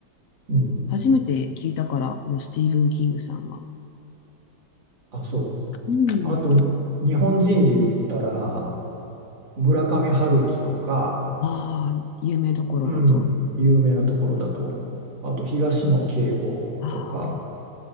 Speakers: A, on the right (about 70°); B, on the left (about 85°).
A: うん。
B: 初めて聞いたから、もうスティーブン・キングさんは。
A: あ、そ
B: うん。
A: う。あと、日本人で言ったら、村上春樹とか、
B: ああ、有名どころだと。
A: うん、有名なところだと、あと東野圭吾とか、
B: ああ。